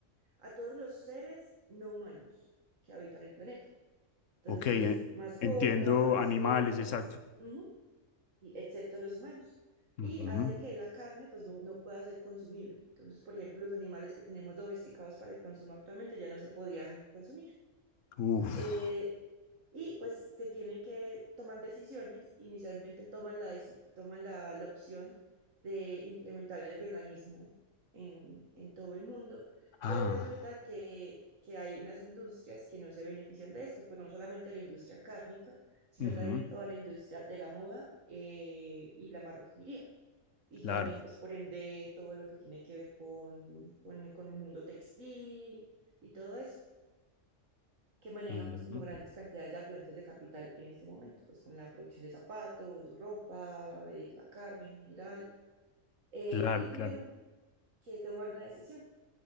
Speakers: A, on the right; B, on the left.
A: a todos los seres no humanos que habitan el planeta. Entonces,
B: Ok, e-
A: mascotas,
B: entiendo animales,
A: fieras,
B: exacto.
A: ujú, y excepto los humanos.
B: Ujú.
A: Y hace que la carne pues no, no pueda ser consumible. Entonces, por ejemplo, los animales que tenemos domesticados para el consumo actualmente ya no se podían consumir.
B: Uf.
A: Eh, y pues se tienen que tomar decisiones. Inicialmente toman la, deci- toman la, la opción de implementar el veganismo en, en todo el mundo,
B: Ah.
A: pero resulta que, que hay unas industrias que no se benefician de esto, pues no solamente la industria cárnica, sino
B: ujú,
A: también toda la industria de la moda eh, y la marroquinería. Y
B: Claro.
A: también, pues por ende, todo lo que tiene que ver con, con, con el mundo textil y todo eso que manejan
B: ujú,
A: pues como grandes cantidades de afluentes de capital en este momento, pues con la producción de zapatos, ropa, eh, la carne en general, eh,
B: Claro,
A: y tuvieron
B: claro.
A: que tomar una decisión,